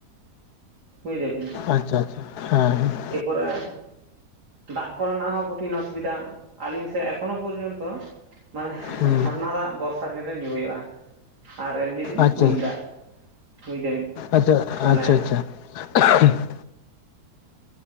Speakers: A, on the right; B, on the left.
A: ᱦᱩᱭ ᱫᱟᱵᱤᱱ᱾
B: ᱟᱪᱪᱷᱟ ᱟᱪᱪᱷᱟ ᱦᱮᱸ ᱦᱮ᱾
A: ᱮᱯᱚᱨᱮᱱ, ᱫᱟᱜ ᱠᱚᱨᱮᱱᱟᱜ ᱦᱚᱸ ᱠᱚᱴᱷᱤᱱ ᱚᱥᱩᱵᱤᱫᱷᱟ ᱟᱹᱞᱤᱧ ᱥᱮᱫ ᱮᱠᱷᱚᱱᱳ ᱯᱚᱨᱡᱚᱱᱛᱚ ᱢᱟᱱᱮ
B: ᱦᱮᱸ
A: ᱡᱷᱟᱨᱱᱟ ᱫᱟᱜ ᱵᱚᱨᱥᱟ ᱫᱤᱱ ᱨᱮ ᱧᱩ ᱦᱩᱭᱩᱜᱼᱟ ᱟᱨ ᱮᱢᱱᱤ ᱫᱤᱱ
B: ᱟᱪᱪᱷᱟ
A: ᱠᱩᱧ ᱫᱟᱜ ᱵᱩᱡᱽ ᱫᱟᱹᱵᱤᱱ
B: ᱟᱪᱪᱷᱟ
A: ᱢᱟᱱᱮ
B: ᱟᱪᱪᱷᱟ ᱟᱪᱪᱷᱟ ᱟᱪᱪᱷᱟ᱾